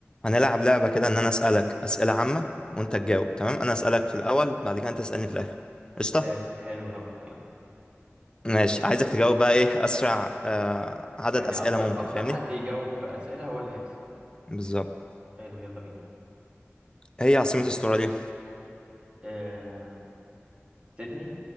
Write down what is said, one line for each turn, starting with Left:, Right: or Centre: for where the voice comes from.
Left: هنلعب لعبة كده إن أنا أسألك أسئلة عامة وأنت تجاوب تمام أنا أسألك في الأول بعد كده أنت تسألني في الآخر قشطة
Right: حلو حلو قوي يلا
Left: ماشي عايزك تجاوب بقى إيه أسرع آه عدد
Right: يعني
Left: أسئلة
Right: اكتر
Left: ممكن
Right: اكتر
Left: فاهمني
Right: حد يجاوب اسئله هو اللي هيكسب
Left: بالظبط
Right: حلو يلا بينا
Left: هي عاصمة أستراليا
Right: آه... سيدني